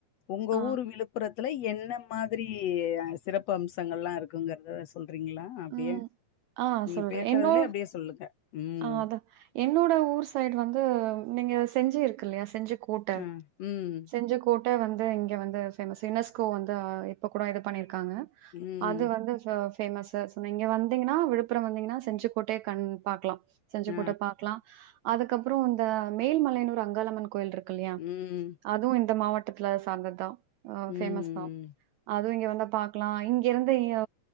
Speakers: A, on the left; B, on the right.
A: உங்க
B: ஆ.
A: ஊரு விழுப் புரத்துல என்ன மாரி சிறப்பு அம்சங்கள்லா இருக்குங்கறத சொல்றீங்ளா அப்டியே
B: ம். ஆ
A: நீங்க
B: சொல்றேன்.
A: பேசறதுலே
B: என்னோ
A: அப்டியே சொல்லுங்க ம்
B: ஆ அதான். என்னோட ஊர் சைடு வந்து நீங்க செஞ்சி இருக்குல்லையா செஞ்சி கோட்ட
A: ஆ. ம்.
B: செஞ்சி கோட் கோட்ட வந்து இங்க வந்து ஃபேமஸ் யுனெஸ்கோ வந்து இப்ப கூடோ இது பண்ணிருக்காங்க
A: ம்.
B: அது வந்து ச ஃபேமஸசஸ் இப்ப நீங்க வந்தீங்னா விழுப்புரம் வந்தங்கன்னா செஞ்சுக்கோட்டைய கண் பாக்கலா செஞ்சுக்கோட்ட
A: ஆ.
B: பாக்கலா அதுக்கப்றம் இந்த மேல்மலையனூர் அங்காளம்மன் கோயில் இருக்குல்லையா
A: ம்.
B: அதுவு இந்த மாவட்டத்துல சார்ந்ததுதா அ
A: ம்.
B: பேமஸ் தா அதுவு இங்க வந்த பாக்கலா இங்க இருந்து இ ய